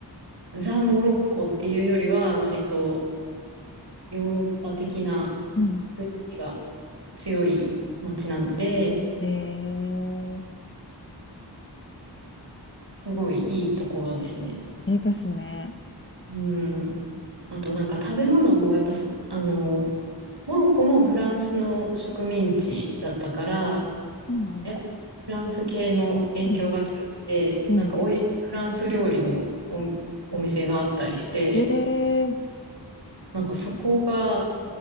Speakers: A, on the right; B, on the left.
A: ザ・モロッコっていうよりは割とヨーロッパ的な
B: うん。
A: 雰囲気が強い街なので、
B: ええ
A: すごいいいところですね。
B: いいですね。
A: うん。あとなんか食べ物もやっぱそ、あの、モロッコもフランスの植民地だったから、
B: そうなんだ。
A: やっぱフランス系の影響が強くて、
B: うん。うん。
A: なんか美味しいフランス料理のお、お店があったりして、
B: ええ
A: なんかそこが、